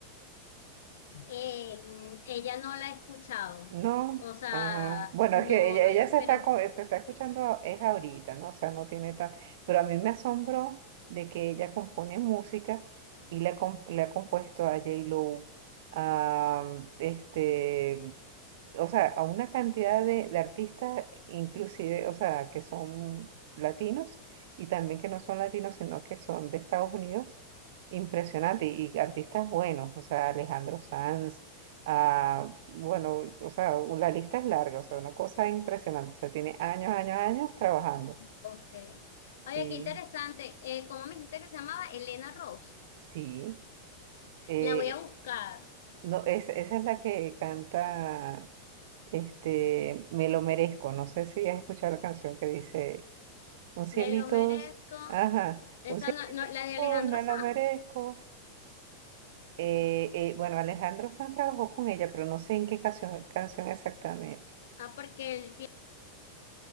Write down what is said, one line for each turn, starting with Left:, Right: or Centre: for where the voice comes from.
Left: Eh, ella no la he escuchado.
Right: No,
Left: O sea,
Right: ah, bueno,
Left: no,
Right: es que ella,
Left: no
Right: ella
Left: le,
Right: se
Left: pero
Right: está, co- se está escuchando, es ahorita, ¿no? O sea, no tiene tan... Pero a mí me asombró de que ella compone música y le, ha com- le ha compuesto a J-Lo, a, este, o sea, a una cantidad de, de artistas, inclusive, o sea, que son latinos y también que no son latinos, sino que son de Estados Unidos, impresionante, y, y artistas buenos, o sea, Alejandro Sanz, ah, bueno, o sea, la lista es larga, o sea, una cosa impresionante, o sea, tiene años, años, años trabajando.
Left: Ok. Oye,
Right: Sí,
Left: qué interesante. Eh, ¿cómo me dijiste que se llamaba? Elena Rose.
Right: sí. eh,
Left: La voy a buscar.
Right: no, es- esa es la que canta, este, Me lo merezco, no sé si has escuchado la canción que dice... Un cielito,
Left: Me lo merezco.
Right: az- ajá,
Left: Esa
Right: un cielito
Left: no, no, la
Right: azul,
Left: de Alejandro
Right: me lo
Left: Sanz.
Right: merezco. Eh, eh, bueno, Alejandro Sanz trabajó con ella, pero no sé en qué canción, canción exactamente.
Left: Ah, porque él tiene,